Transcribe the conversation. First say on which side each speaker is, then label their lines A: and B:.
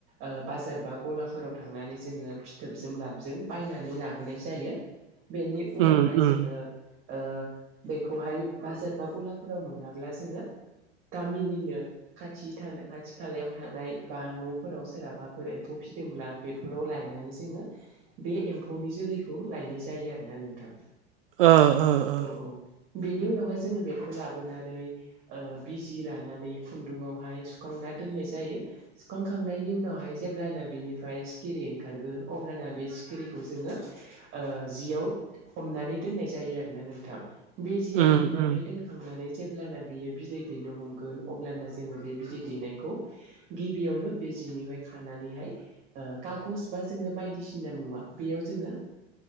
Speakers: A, on the right; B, on the right.
A: ओ बाजार बा गलाफोराव थांनानै जोङो फिथोबजों लाबजों बायनानै लाबोनाय जायो। बेनि उनावहाय
B: उम उम
A: जोङो ओ बेखौहाय बाजार बा गलाफोराव मोनाब्ला जोङो गामिनिनो खाथि थानाय खाथि खालायाव थानाय बा न'फोराव सोरहाबाफोर एम्फौ फिदोंब्ला बेफोराव लायनानै जोङो बे एम्फौनि जोलैखौ लायनाय जायो आरोना नोंथां।
B: ओ ओ ओ
A: औ औ। बेनि उनावहाय जोङो बेखौ लाबोनानै बिजि लानानै खुन्दुावहाय सुखांना दोननाय जायो। सुखांखांनायनि उनावहाय जेब्लानो बिनिफ्राय सिखिरि ओंखारगोन अब्लाना बे सिखिरिखौ जोङो जियाव हमनानै दोननाय जायो आरोोना नोंथां बे जियाव
B: उम
A: हमनानै
B: उम
A: दोन थांनानै जेब्लाना बियो बिदै दैनो हमगोन अब्लाना जोङो बे बिदै दैनायखौ गिबियावनो बे जिनिफ्राय खानानैहाय खागज बा जोङो बायदिसिना मुवा बेयाव जोङो